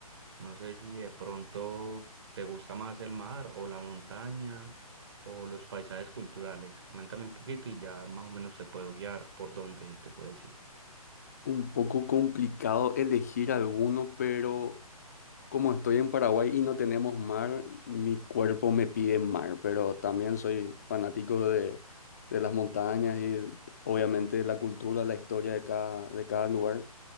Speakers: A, on the right; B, on the left.
A: No sé si de pronto te gusta más el mar o la montaña o los paisajes culturales. Coméntame un poquito y ya más o menos te puedo guiar por dónde te puedes ir.
B: Un poco complicado elegir alguno, pero como estoy en Paraguay y no tenemos mar, mi cuerpo me pide mar, pero también soy fanático de, de las montañas y obviamente la cultura, la historia de cada, de cada lugar.